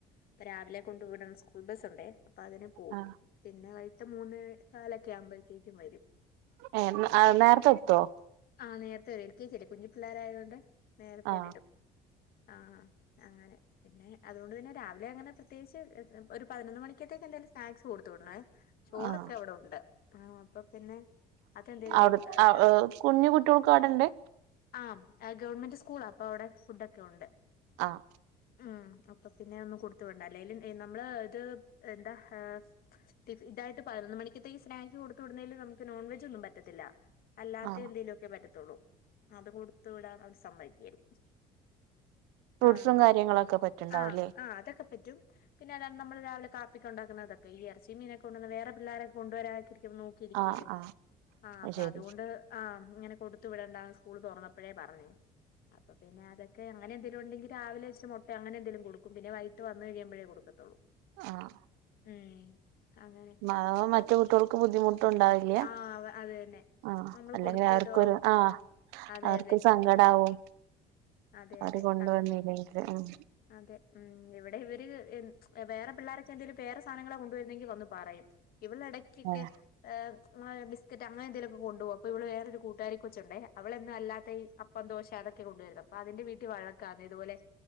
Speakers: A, on the left; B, on the right.
A: അപ്പ രാവിലെ കൊണ്ട് വിടും സ്കൂൾ ബസ്സ് ഉണ്ടേ അപ്പൊ അതിന് പോവും
B: ആഹ്
A: പിന്നെ വൈകിട്ട് മൂന്ന് നാലൊക്കെ ആകുമ്പഴ്‌ത്തേക്കും വരും
B: ഏഹ് ആഹ് നേരത്തെ എത്തോ
A: ആഹ് നേരത്തെ വരും എൽ കെ ജി അല്ലേ കുഞ്ഞി പിള്ളേരായൊണ്ട് നേരത്തെ
B: ആഹ്
A: വരും ആഹ് അങ്ങനെ പിന്നെ അതുകൊണ്ട് തന്നെ രാവിലെ അങ്ങനെ പ്രത്യേകിച്ച് ഒരു പതിനൊന്ന് മണിക്കത്തേക്ക് എന്തേലും സ്നാക്സ് കൊടുത്തു വിടണേ ചോറൊക്കെ
B: ആഹ്
A: അവിടെ ഉണ്ട് ആഹ് അപ്പൊ പിന്നെ അത് എന്തേലും
B: അവിടെ
A: കൊടുത്ത ഇട്ടാ
B: കുഞ്ഞു കുട്ടികൾക്കും അവിടെണ്ട്
A: ആഹ് ഗവൺമെന്റ് സ്കൂളാ അപ്പൊ അവിടെ ഫുഡ് ഒക്കെ ഉണ്ട്
B: ആഹ്
A: ഉം അപ്പൊ പിന്നെ ഒന്നും കൊടുത്തു വിടേണ്ട അല്ലേലും നമ്മള് ഇത് എന്താ ഹാസ് ടിഫ് ഇതായിട്ട് പതിനൊന്ന് മണിക്കത്തേക്ക് സ്നാക്ക്സ് കൊടുത്ത് വിടുന്നേലും നമുക്ക് നോൺവെജ് ഒന്നും പറ്റത്തില്ല അല്ലാത്ത
B: ആഹ്
A: എന്തേലുമൊക്കെ പറ്റത്തുള്ളൂ അത് കൊടുത്തു വിടാൻ അവിടെ സമ്മതിക്കുകേല്
B: ഫ്രൂട്ട്സും
A: ആഹ്
B: കാര്യങ്ങളൊക്കെ പറ്റുണ്ടാവുംല്ലേ
A: ആഹ് ആഹ് അതൊക്കെ പറ്റും പിന്നെ ഏതാണ് നമ്മള് രാവിലെ കാപ്പിക്ക് ഒണ്ടാക്കുന്നതൊക്കെ ഈ എറച്ചിയും മീനോക്കെ കൊണ്ട് വന്ന് വേറെ പിള്ളേരൊക്കെ കൊണ്ടുവരാതിരിക്കുന്നു ക്കിരിക്കീലേ
B: ആഹ് ആഹ്
A: ആഹ്
B: അത്
A: അപ്പൊ
B: ശരി
A: അതു കൊണ്ട് ആഹ് ഇങ്ങനെ കൊടുത്തു വിടണ്ട സ്കൂള് തൊറന്നപ്പഴേ പറഞ്ഞ് അപ്പൊ പിന്നെ അതൊ ക്കെ അങ്ങനെ എന്തേലും ഒണ്ടെങ്കിൽ രാവിലെ വെച്ച മുട്ടയൊ അങ്ങനെ എന്തേലും കൊടുക്കും പിന്നെ വൈകിട്ട് വന്നു കഴിയമ്പഴേ കൊടുക്കത്തൊള്ളൂ
B: ആഹ്
A: ഉം അങ്ങനെ
B: അതാവുമ്പോ മറ്റു കുട്ട്യൾക്കും ബുദ്ധിമുട്ടുണ്ടാവി വില്യ
A: ആഹ് അത് തന്നെ
B: ആഹ്
A: നമ്മള്
B: അല്ലെങ്കിൽ
A: കൊടുത്ത
B: അവർക്കൊരു
A: ഇതാവും
B: ആഹ്
A: അതെ
B: അവർക്കും
A: അതെ
B: സങ്കടാവും
A: അതെ
B: അവര്
A: അതെ
B: കൊണ്ടുവന്നില്ലെങ്കിൽ
A: ആഹ്
B: ഉം
A: അതെ ഉം ഇവിടെ ഇവര് എൻ വേറെ പിള്ളാരൊക്കെ എന്തേലും വേറെ സാധനങ്ങള കൊണ്ട് വരുന്നെങ്കി വന്ന് പറയും ഇവളെട ക്കെക്കേ
B: ആഹ്
A: ഏഹ് ബിസ്ക്കറ്റ് അങ്ങനെ എന്തേലൊക്കെ കൊണ്ട് പോകും അപ്പോ ഇവള വേറൊരു കൂട്ടുകാരി കൊച്ചൊണ്ടെ അവളെന്നും അല്ലാത്തെ ഈ അപ്പം ദോശ അതൊക്കെ കൊണ്ടു വരുന്നേ അപ്പൊ അതിന്റെ വീട്ടി വഴക്കാണ് ഇതുപോലെ